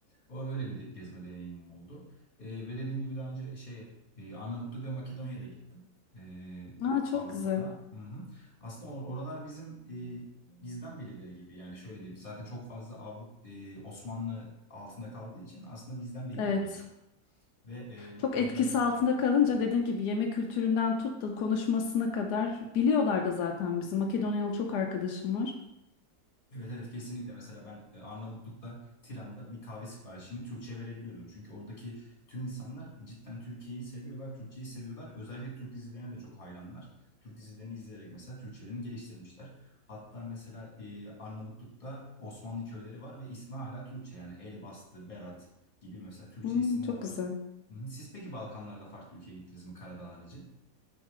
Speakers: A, on the left; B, on the left.
A: O öyle bir de, gezme deneyimim oldu. Ee, ve dediğim gibi daha önce şey e, Arnavutluk ve Makedonya'da gittim. Ee,
B: Aa, çok
A: Avrupa'da.
B: güzel.
A: Hı hı. Aslında or- oralar bizim e, bizden birileri gibi. Yani şöyle diyeyim. Zaten çok fazla Avrupa Osmanlı altında kaldığı için aslında bizden biri
B: Evet.
A: gibi olmuşlar. Ve e,
B: Çok
A: özellikle
B: etkisi altında kalınca dediğim gibi yemek kültüründen tut da konuşmasına kadar biliyorlar da zaten bizim. Makedonyalı çok arkadaşım var.
A: Evet evet kesinlikle mesela ben e, Arnavutluk'ta Tiran'da bir kahve siparişini Türkçe verebiliyordum. Çünkü oradaki tüm insanlar e, cidden Türkiye'yi seviyorlar, Türkçeyi seviyorlar. Özellikle Türk dizilerine de çok hayranlar. Türk dizilerini izleyerek mesela Türkçelerini geliştirmişler. Hatta mesela e, Arnavutluk'ta Osmanlı köyleri var ve ismi hala Türkçe yani Elbastı, Berat gibi mesela Türkçe
B: Hı,
A: isimler
B: çok
A: var.
B: güzel.
A: Hı hı. Siz peki Balkanlarda farklı ülkeye gittiniz mi Karadağ harici?